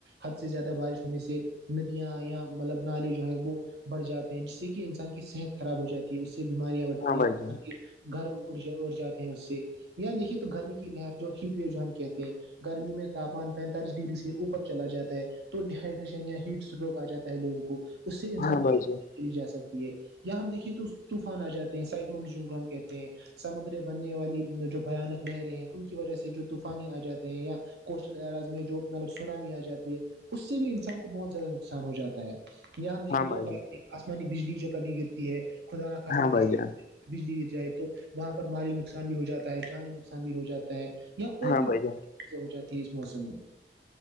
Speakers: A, on the right; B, on the left.
A: حد سے زیادہ بارش ہونے سے ندیاں یا مطلب نالے جو ہے وہ بڑھ جاتے ہیں جس سے کہ انسان کی صحت خراب ہو جاتی ہے اس سے بیماریاں بڑتی
B: ہاں
A: ہیں
B: بھائی جان
A: ان گھر اڑ اڑ جاتے ہیں اس سے یہاں دیکھیے تو گرمی کی لہر جو ہیٹ ویو جو ہم کہتے ہیں گرمی میں تاپمان پینتالیس ڈگری سے اوپر چلا جاتا ہے تو ڈ ہائڈریشن یا ہیٹ اسٹروک آ جاتا ہے لوگوں کو اس سے انسان
B: ہاں بھائی جان
A: لی جا سکتی ہے یا ہم دیکھیے تو طوفان آ جاتے ہیں سائیک ہم کہتے ہیں سمندر بننے والی جو بھیانک لہریں ہیں ان کی وجہ سے جو طوفانی آ جاتے ہیں یا کوسٹل ایرز میں جو مطلب سونامیا جاتی ہے اس سے بھی انسان کو بہت زیادہ نقصان ہواتا ہے یااں ہم دیکھے
B: ہاں بھائی
A: تو
B: جان
A: لائٹ آسمانی بجلی جو کبھی گرتی ہے خدا ن خواستہ
B: ہاں بھائی
A: ک
B: جان
A: بجلی گر جائے تو وہاں پر مالی نقصان بھی ہو جاتا ہے جانی نقصان بھی ہو جاتا ہے یا اور
B: ہاں
A: بھی
B: بھائی
A: چیزیں
B: جان
A: ہو جاتی ہے اس موسم میں